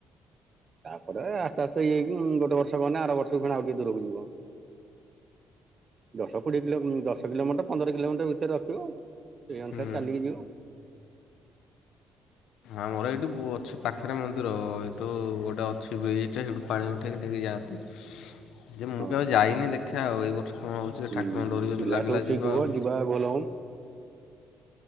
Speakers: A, on the right; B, on the left.
A: ତାପରେ ଆ ଆସ୍ତେ ଆସ୍ତେ ଇଏ ହେଇକି ଗୋଟେ ବର୍ଷ ଗନେ ଆର ବର୍ଷକୁ ପୁଣି ଆଉ ଟିକେ ଦୂରକୁ ଯିବ। ଦଶ କୋଡିଏ କିଲୋ ଦଶ କିଲୋମିଟର ପନ୍ଦର କିଲୋମିଟର ଭିତରେ ରଖ୍ ଖିବ, ସେଇ ଅନୁସାରେ
B: ହୁଁ।
A: ଚାଲିକି ଯିବ।
B: ଆମର ଏଇଠି ବୁ ଅଛି ପାଖରେ ମନ୍ଦିର, ଏଇଠୁ ଗୋଟେ ଅଛି ବ୍ରିଜଟେ ସେଇଠୁ ପାଣି ଉଠେଇକି ନେଇକି ଯାଆନ୍ତି। ଯେ ମୁଁ
A: ହଁ।
B: କେବେ ଯାଇନି ଦେଖିଆ ଆଉ ଏଇ ବର୍ଷ କଣ ହଉଛି
A: ହୁଁ
B: ଠାକୁରଙ୍କ ଡୋରି ଯଦି
A: ପିଲା
B: ଲାଗିଲା
A: ସବୁ ଠିକ
B: ଆଉ।
A: ହୁଅ ଯିବା ବୋଲବମ।